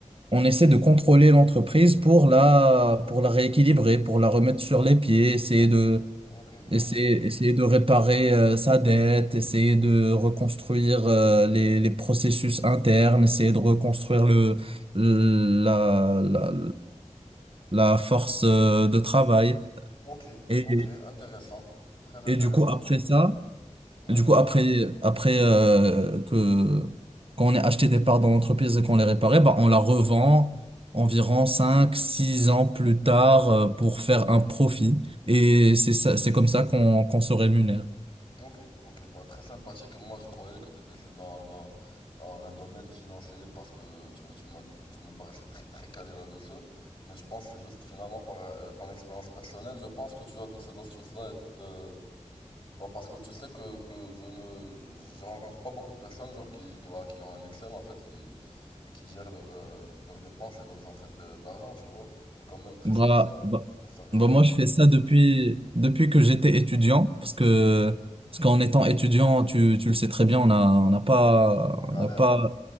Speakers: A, on the right (about 50°); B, on the left (about 45°).
A: on essaie de contrôler l'entreprise pour la pour la rééquilibrer, pour la remettre sur les pieds, essayer
B: ok, ok, mais...
A: Essayer, essayer de réparer euh, sa dette, essayer de reconstruire euh, les, les processus internes, essayer de reconstruire le, la, la, la force euh, de travail.
B: Ok,
A: Et,
B: ok,
A: et,
B: intéressant. Très intéressant
A: et du coup, après
B: en tout cas.
A: ça,
B: Ouais.
A: du coup, après, après euh, que, quand on a acheté des parts dans l'entreprise et qu'on les réparait, bah, on la revend environ 5 6 ans plus tard euh, pour faire un profit. Et c'est ça, c'est comme ça qu'on qu'on se rémunère.
B: Ok, ok, bah très sympathique. Et Moi, je croyais que tu étais dans, dans, dans un domaine financier parce que tu me, tu m'as- tu, tu me paraissais très très calé là-dessus. Mais je pense que c'est juste finalement par euh, ton expérience personnelle, je pense que tu as toutes ces astuces-là et toutes. euh, Bah parce que tu sais que, que je ne, je rencontre pas beaucoup de personnes genre qui, qui, voilà, qui ont un Excel en fait et qui, et qui gèrent leur, euh, leurs dépenses et leurs entrées de- d'argent, tu vois. C'est quand même très
A: Bah,
B: spécial
A: bah,
B: de faire euh,
A: bah, moi,
B: quelque
A: je fais
B: chose
A: ça
B: comme ça.
A: depuis, depuis que j'étais étudiant, parce que, parce qu'en étant étudiant, tu, tu le sais très bien, on a, on n'a pas,
B: On galère
A: on n'a pas,
B: en fait.